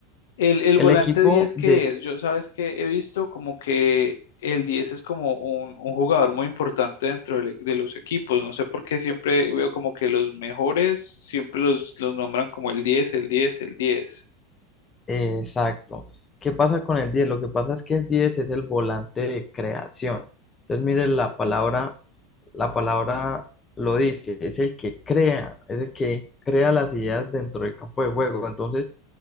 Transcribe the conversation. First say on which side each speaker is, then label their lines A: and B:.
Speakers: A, on the left; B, on the left.
A: El, el
B: El
A: volante
B: equipo
A: diez ¿qué
B: de...
A: es? Yo sabes que he visto como que el 10 es como un, un jugador muy importante dentro del- de, los equipos. No sé por qué siempre veo como que los mejores siempre los, los nombran como el diez, el 10, el 10.
B: eh, Exacto. ¿Qué pasa con el diez Lo que pasa es que el 10 es el volante de creación. Entonces, mire, la palabra, la palabra lo dice, es el que crea, es el que crea las ideas dentro del campo de juego. Entonces,